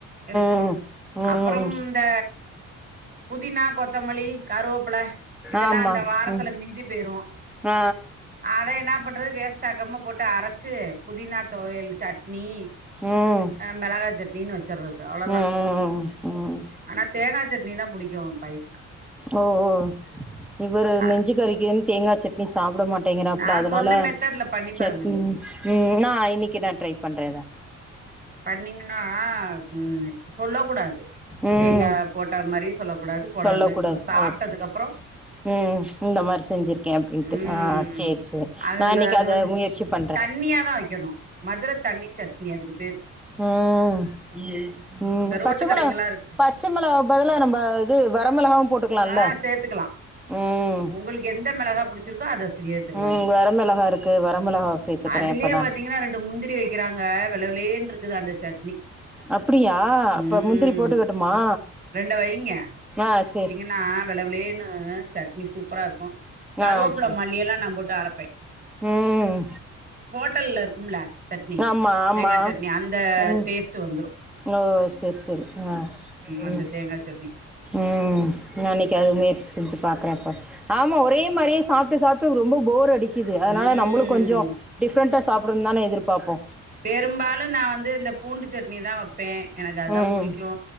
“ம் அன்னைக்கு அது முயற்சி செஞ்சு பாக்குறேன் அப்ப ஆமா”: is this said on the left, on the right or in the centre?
Centre